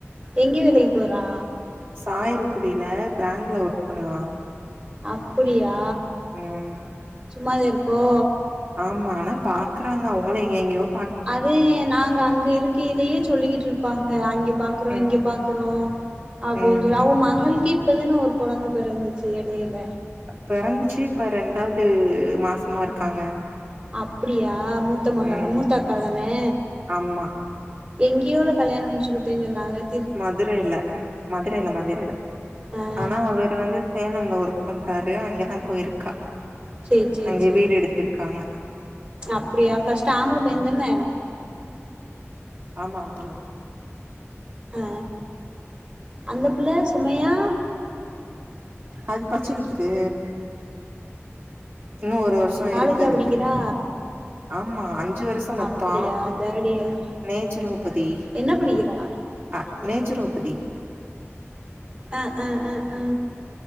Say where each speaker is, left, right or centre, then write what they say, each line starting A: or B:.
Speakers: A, on the right (about 30°); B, on the right (about 45°).
A: எங்க வேலைக்கு போறா
B: சாயல்குடியில பேங்ள ஒர்க் பண்ணுதா
A: அப்புடியா
B: ம்
A: சும்மாதே இருக்கோ
B: ஆமா ஆனா பாக்குறாங்க அவங்களும் எங்க எங்கயோ
A: அதே நாங்க அங்க இருக்கையிலயே சொல்லிட்டு இருப்பாக அங்க பாக்குறோ
B: ம்
A: இங்க பாக்குறோ அப்படின்னு
B: ம்
A: சொல்லி அவக மகளுக்கே இப்பதான ஒரு கொழந்த பெறந்துச்சு எடையில
B: பெறந்துச்சு இப்ப ரெண்டாவது மாசமா இருக்காங்க
A: அப்படியா மூத்த மகள்
B: ம்
A: மூத்த அக்காதானே
B: ஆமா
A: எங்கேயோல கல்யாணோ முடுச்சு குடுத்தேன் சொன்னாக
B: மதுரைல மதுரைல மதுரைல
A: ஆ
B: ஆனா அவரு வந்து சேலம்ல ஒர்க் பண்றாரு அங்கதா போயிருக்கா
A: செரி செரி
B: அங்கே
A: செரி
B: வீடு எடுத்திருக்காங்க
A: அப்டியா பஸ்ட்ட் ஆம்பள பையன்தன
B: ம் ஆமா ஆமா
A: ஆ அந்த புள்ள சுமையா
B: அது படிச்சிக்கிட்டு இருக்கு இன்னும் ஒரு வருஷோ
A: காலேஜா
B: இருக்கு அதுக்கு
A: படிக்கிறா
B: ஆமா அஞ்சு வருஷோ மொத்தா
A: அப்டியா தேர்ட் இயர்
B: நேச்சரோபதி
A: என்ன படிக்கிறா
B: அ நேச்ச ரோகுதி
A: ஆ ஆ ஆ ஆ